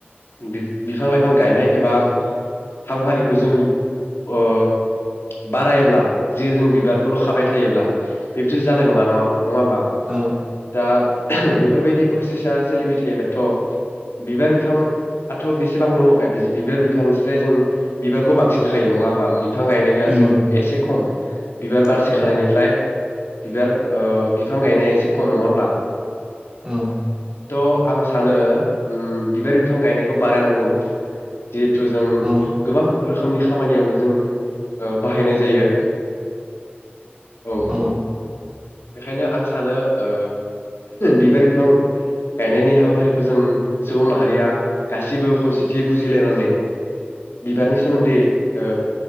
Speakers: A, on the left; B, on the right.
A: बि-बिफां-लाइफां गायनाय एबा हाबाफारिखौ जों ओ बारायाब्ला जि जों बिबारखौल' खाबाय थायोब्ला बिब्दि जानाय नङा नङा नङा होमबा
B: औ औ
A: दा बेफोरबायदि प्रसेसा सोलिबाय थायोबाथ' बिबार बिफां आथ' बेसेबां दङखाय बि-बिबार बिफांनिफस्राय जों बिबारखौ बांसिन खायो नङा होमबा बिफां गायनाया
B: उम
A: जों एसे खम। बिबार बारसे
B: औ
A: खानायनिफ्राय बिबार ओ बिफां गायनाया एसे खम नङा होमब्ला
B: औ
A: द आं सानो उम बिबार बिफां गायनायखौ बारायनांगौ जिहेथु जों
B: औ ओं
A: गोबां रोखोमनि खामानियावनो जों ओ बाहायनाय जायो। औ
B: ओं
A: बेखायनो आं सानो ओ बिबारि बिफां गायनायनि हाबाफारिखौ जों सुबुं माहारिया गासिबो खौसेथियै बुजिलायनानै बिबारनि सोमोन्दै ओ